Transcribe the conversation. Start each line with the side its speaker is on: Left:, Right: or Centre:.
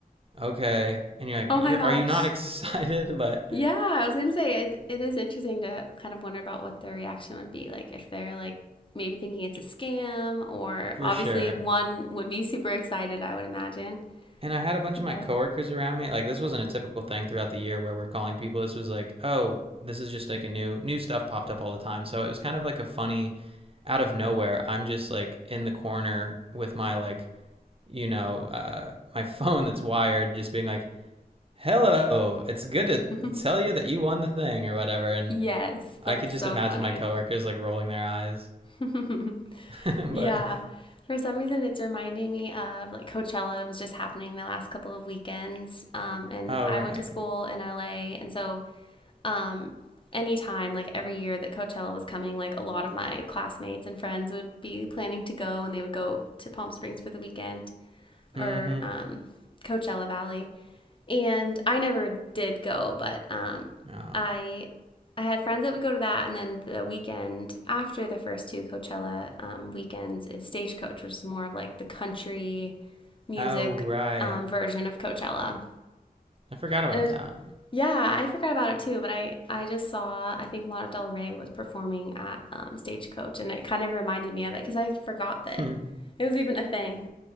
Right: "Okay," and you're like,
Left: Oh
Right: "You're
Left: my gosh.
Right: are you not <laughs> excited?" But
Left: Yeah, I was gonna say it, it is interesting to kind of wonder about what their reaction would be like if they're like maybe thinking it's a scam, or
Right: for
Left: obviously
Right: sure,
Left: one would be super excited, I would imagine.
Right: and I had a bunch
Left: But
Right: of my coworkers around me. Like this wasn't a typical thing throughout the year where we're calling people. This was like, oh, this is just like a new new stuff popped up all the time. So it was kind of like a funny out of nowhere. I'm just like in the corner with my like, you know, uh, my <laughs> phone that's wired, just being like, hello, it's good to
Left: <laughs>
Right: tell you that you won the thing or whatever. And
Left: yes,
Right: I
Left: that's
Right: could just
Left: so
Right: imagine
Left: funny.
Right: my coworkers like rolling their eyes.
Left: <laughs>
Right: <laughs>
Left: Yeah.
Right: but
Left: For some reason, it's reminding me of like Coachella was just happening the last couple of weekends. Um, and
Right: oh
Left: I
Right: right,
Left: went to school in LA. And so, um, anytime, like every year that Coachella was coming, like a lot of my classmates and friends would be planning to go and they would go to Palm Springs for the weekend
Right: mm-hmm,
Left: or um, Coachella Valley and I never did go, but um,
Right: oh,
Left: I I had friends that would go to that, and then the weekend after the first two Coachella um, weekends is Stagecoach, which is more of like the country music
Right: oh right,
Left: um, version of Coachella.
Right: I forgot about
Left: And it, was,
Right: that.
Left: yeah, I forgot about it too, but I I just saw I think Lana Del Rey was performing at um, Stagecoach, and it kind of reminded me of it because I forgot that
Right: <laughs> Hmm.
Left: it was even a thing.